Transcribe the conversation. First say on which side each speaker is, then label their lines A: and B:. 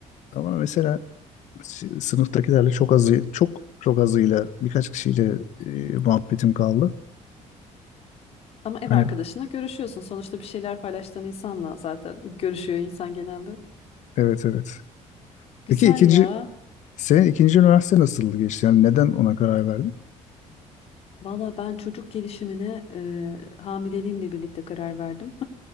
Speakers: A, on the left; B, on the left.
A: ama mesela s- sınıftakilerle çok azı çok çok azıyla birkaç kişiyle e, muhabbetim kaldı.
B: Ama ev
A: Hani
B: arkadaşına görüşüyorsun. Sonuçta bir şeyler paylaştığın insanla zaten <laughs> görüşüyor insan genelde.
A: evet evet.
B: Güzel
A: Peki ikinci
B: ya.
A: senin ikinci üniversite nasıl geçti? Yani neden ona karar verdin?
B: Valla ben çocuk gelişimine e, hamileliğimle birlikte karar verdim.